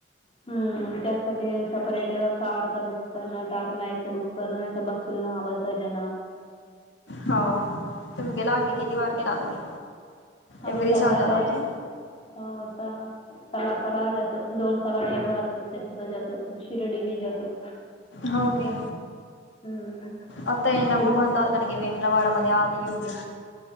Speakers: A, on the left; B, on the left.
A: हम्म त्यासाठी सपरेट कारच बुक करणं टाटो मॅगच बुक करणं नाही बस सुलनावता जन.
B: हो तुम्ही गेला की किती वार गेला तुम्ही.
A: हमीशला
B: एव्हरी साल
A: आलय
B: जाता की
A: हो अस सला सला जातो दोन सलाला एक बारतो त्यास त जातो शिर्डी बी जातो.
B: होके.
A: हम्म.
B: आता येन
A: ते
B: व बनता आ क वेमला वाडा म्हध्ये यादी होग